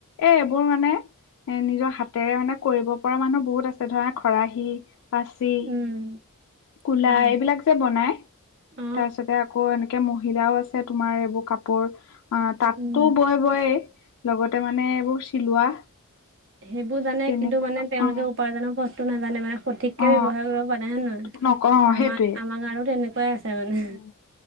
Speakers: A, on the left; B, on the right.
A: এ এইবোৰ মানে এ, নিজৰ হাতেৰে মানে কৰিব পৰা মানুহ বহুত আছে। ধৰা খৰাহী, পাচি,
B: উম
A: কলা
B: গম পাইছো।
A: এইবিলাক যে বনাই।
B: অ
A: তাৰপিছতে আকৌ এনে এ, মহিলাও আছে তোমাৰ এইবোৰ কাপোৰ অ তাতো
B: উম
A: বয়ে বয়েই। লগতে মানে এইবোৰ চিলোৱা।
B: সেইবোৰ জানে
A: তেনেকুৱা
B: কিন্তু মানে তেওঁলোকে
A: অ
B: উপাৰ্জনৰ বস্তু নাজানে মানে। সঠিককে
A: অ
B: ব্যৱহাৰ কৰিব জনাই নাই।
A: নক অ
B: আমাৰ
A: সেইটোৱে
B: আমাৰ মানুহ তো তেনেকুৱাই আছে মানে।
A: উম